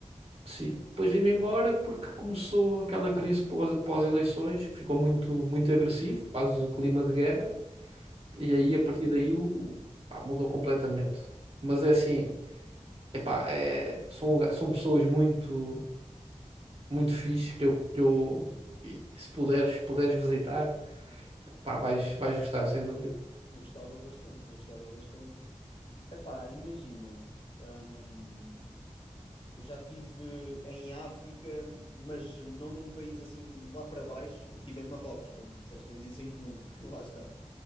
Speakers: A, on the right; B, on the left.
A: Sim. Depois vim-me embora porque começou aquela crise pós- pós-eleições, que ficou muito, muito agressivo, quase clima de guerra, e aí a partir daí o, pá, mudou completamente. Mas é assim, epá, é, são, lugar- são pessoas muito, muito fixe que eu, que eu e se puderes, puderes visitar, pá, vais, vais gostar, sem dúvida.
B: Eu gostava bastante, eu gostava bastante. Epá, imagina, hum, eu já estive em África, mas não num país assim lá para baixo. Eu estive em Marrocos, como tu disseste, temos isso em comum, <laughs> lá está.